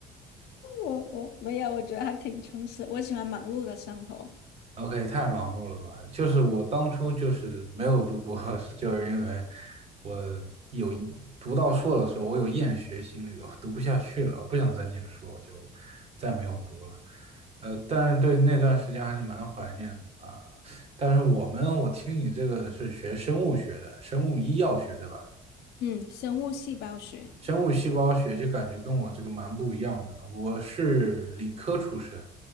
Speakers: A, on the left (about 80°); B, on the right (about 35°).
A: 我我没有，我觉得还挺充实，我喜欢忙碌的生活。
B: OK，太忙碌了吧？就是我当初就是没有读博士，就是因为我有读到硕的时候，我有厌学心理了，我读不下去了，我不想再念书，我就再没有读了。呃，但是对那段时间还是蛮怀念的啊。但是我们，我听你这个是学生物学的，生物医药学对吧？
A: 嗯，生物细胞学。
B: 生物细胞学就感觉跟我这个蛮不一样的。我是理科出身，